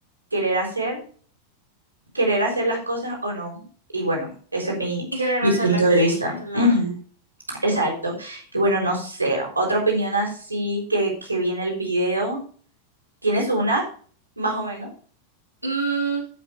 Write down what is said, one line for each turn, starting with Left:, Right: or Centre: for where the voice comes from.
Right: querer hacer querer hacer las cosas o no. Y bueno, ese es mi,
Left: Y querer
Right: mi
Left: hacerla
Right: punto
Left: bien,
Right: de vista.
Left: claro.
Right: Ujú, exacto. Y bueno, no sé, otra opinión así que, que vi en el video. ¿Tienes una? Más o menos.
Left: Mm,